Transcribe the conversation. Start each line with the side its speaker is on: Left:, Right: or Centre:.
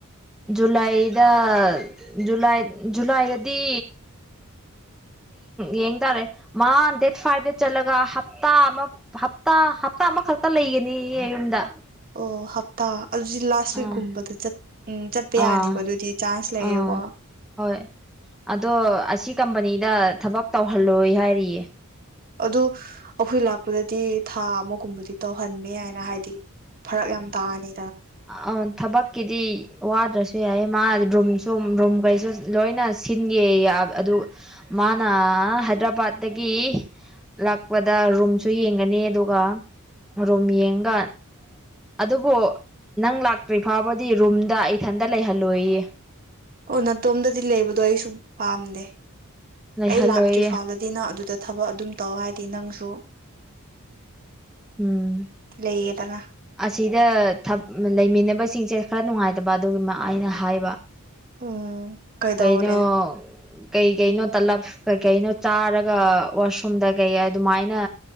Centre: ꯖꯨꯂꯥꯏꯗ꯫ ꯖꯨꯂꯥꯏ ꯖꯨꯂꯥꯏꯗꯗꯤ ꯌꯦꯡ ꯇꯥꯔꯦ ꯃꯥ ꯗꯦꯠ ꯐꯥꯏꯚꯇ ꯆꯠꯂꯒ ꯍꯞꯇꯥ ꯑꯃ ꯍꯞꯇꯥ ꯍꯞꯇꯥ ꯑꯃꯈꯛꯇ ꯂꯩꯒꯅꯤ ꯌꯨꯝꯗ꯫
Right: ꯑꯣ ꯍꯞꯇꯥ ꯑꯗꯨꯗꯤ ꯂꯥꯁ
Centre: ꯑꯥ
Right: ꯋꯤꯛꯀꯨꯝꯕꯗ ꯆꯠ꯫ ꯎꯝ ꯆꯠꯄ ꯌꯥꯅꯤꯀꯣ
Centre: ꯑꯥ
Right: ꯑꯗꯨꯗꯤ ꯆꯥꯟꯁ ꯂꯩꯌꯦꯀꯣ꯫
Centre: ꯑꯥ ꯍꯣꯏ ꯑꯗꯣ ꯑꯁꯤ ꯀꯝꯄꯅꯤ꯫ ꯗ ꯊꯕꯛ ꯇꯧꯍꯜꯂꯣꯏ ꯍꯥꯏꯔꯤꯌꯦ꯫
Right: ꯑꯗꯨ ꯑꯩꯈꯣꯏ ꯂꯥꯛꯄꯗꯗꯤ ꯊꯥ ꯑꯃꯒꯨꯝꯕꯗꯤ ꯇꯧꯍꯟꯅꯤꯅꯥ ꯍꯥꯏꯅ ꯍꯥꯏꯌꯦ ꯐꯔꯛ ꯌꯥꯝ ꯇꯥꯅꯤ꯫
Centre: <unintelligible> ꯊꯕꯛꯀꯤꯗꯤ ꯋꯥꯗ꯭ꯔꯁꯨ ꯌꯥꯏ ꯃꯥ ꯔꯨꯝꯁꯨ ꯔꯨꯝꯈꯩꯁꯨ ꯂꯣꯏꯅ ꯁꯤꯟꯒꯦ ꯑꯗꯨ ꯃꯥꯅ ꯍꯥꯏꯗ꯭ꯔꯕꯥꯠꯇꯠꯇꯒꯤ ꯂꯥꯛꯄꯗ ꯔꯨꯝꯁꯨ ꯌꯦꯡꯒꯅꯤ ꯑꯗꯨꯒ ꯔꯨꯝ ꯌꯦꯡꯒ꯫ ꯑꯗꯨꯕꯨ ꯅꯪ ꯂꯥꯛꯇ꯭ꯔꯤ ꯐꯥꯎꯕꯗꯤ ꯔꯨꯝꯗ ꯏꯊꯟꯇ ꯂꯩꯍꯜꯂꯣꯏꯌꯦ꯫
Right: ꯀꫭ ꯅꯥꯇꯣꯝꯗꯗꯤ ꯂꯩꯕꯗꯣ ꯑꯩꯁꯨ ꯄꯥꯝꯗꯦ꯫
Centre: ꯂꯩꯍꯜꯂꯣꯏꯌꯦ
Right: ꯑꯩ ꯂꯥꯛꯇ꯭ꯔꯤ ꯐꯥꯎꯗꯗꯤ ꯅꯪ ꯑꯗꯨꯗ ꯊꯕꯛ ꯑꯗꯨꯝ ꯇꯧ ꯍꯥꯏꯗꯤ ꯅꯪꯁꯨ
Centre: ꯎꯝ
Right: ꯂꯩꯌꯦꯗꯅ
Centre: ꯑꯁꯤꯗ ꯊꯕ ꯂꯩꯃꯤꯟꯅ ꯕꯁꯤꯡꯁꯦ ꯈꯔ ꯅꯨꯡꯉꯥꯏꯇꯕ ꯑꯗꯨꯒꯤ ꯑꯩꯅ ꯍꯥꯏꯕ
Right: ꯎꯝ ꯀꯩꯗꯧꯔꯦ
Centre: ꯀꯩꯅꯣ ꯀꯩ ꯀꯩꯅꯣ ꯇꯂꯞ ꯀꯩꯀꯩꯅꯣ ꯆꯥꯔꯒ ꯋꯥꯁꯔꯨꯝꯗ ꯀꯩ ꯑꯗꯨꯃꯥꯏꯅ